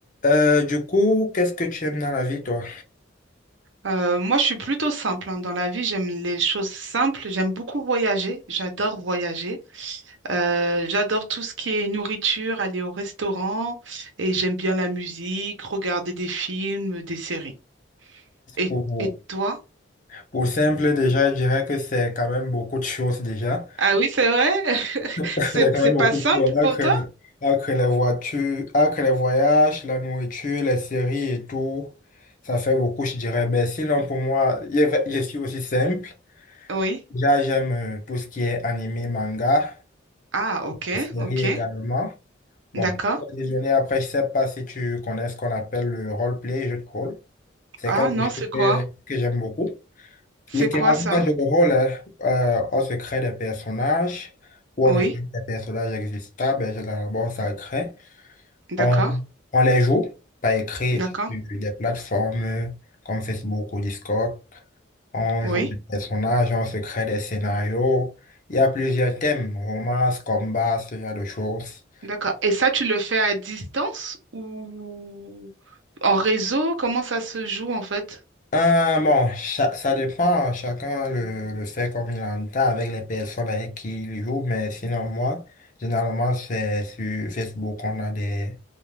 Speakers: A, on the left; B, on the right.
A: Euh, du coup, qu'est-ce que tu aimes dans la vie, toi?
B: Euh, moi, je suis plutôt simple, hein. Dans la vie, j'aime les choses simples. J'aime beaucoup voyager. J'adore voyager. Euh, j'adore tout ce qui est nourriture, aller au restaurant. Et j'aime bien la musique, regarder des films, des séries. Et,
A: Pour,
B: et toi?
A: pour simple, déjà, je dirais que c'est quand même beaucoup de choses déjà.
B: Ah oui, c'est vrai? <laughs>
A: <laughs>
B: C'est,
A: C'est quand
B: c'est
A: même
B: pas
A: beaucoup
B: simple
A: de choses. Là
B: pour
A: que,
B: toi?
A: là les voitures, là les voyages, la nourriture, les séries et tout, ça fait beaucoup, je dirais. Mais sinon, pour moi, je, vais- je suis aussi simple.
B: Oui.
A: Déjà, j'aime euh, tout ce qui est animé, manga,
B: Ah, ok,
A: les séries
B: ok.
A: également. Bon,
B: D'accord.
A: le déjeuner, après, je sais pas si tu connais ce qu'on appelle le role-play, jeu de rôle. C'est
B: Ah
A: quelque
B: non,
A: chose
B: c'est quoi?
A: que, que j'aime beaucoup.
B: C'est
A: Littéralement,
B: quoi ça?
A: je le rôle, hein, euh, on se crée des personnages ou
B: Oui.
A: on utilise des personnages existants, mais généralement, on s'en crée.
B: D'accord.
A: On, on les joue par écrit
B: D'accord.
A: sur des plateformes comme Facebook ou Discord. On
B: Oui.
A: joue des personnages, on se crée des scénarios. Il y a plusieurs thèmes, romance, combat, ce genre de choses.
B: D'accord. Et ça, tu le fais à distance ou en réseau? Comment ça se joue en fait?
A: Euh, bon, ça, ça dépend. hein, Chacun le, le fait comme il entend avec les personnes avec qui il joue. Mais sinon, moi, généralement, c'est sur Facebook qu'on a des,